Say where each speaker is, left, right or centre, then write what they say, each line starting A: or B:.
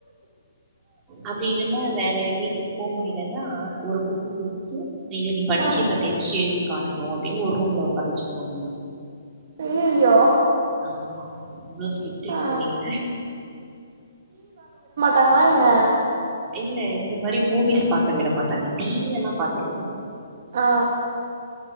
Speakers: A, on the right (about 20°); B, on the right (about 50°).
A: அப்டி இல்லனா வேற வீட்டுக்கு போக முடிலன்னா ஒரு புக்கு குடுத்துட்டு இத நீ படிச்சு
B: ஆ
A: இப்ப டெஸ்ட் எழுதி காட்டணு அப்டின் ஒரு ரூம்ல ஒக்கார வச்சுடுவாங்க
B: ஐயையோ
A: ஆமா இவ்ளோ ஸ்டிரிக்ட் எங்க
B: ஆ
A: வீட்ல
B: தங்காயன
A: இல்ல இந்த மாரி மூவிஸ் பாக்க விட மாட்டாங்க டிவி எல்லா பாத்துர்லா
B: ஆ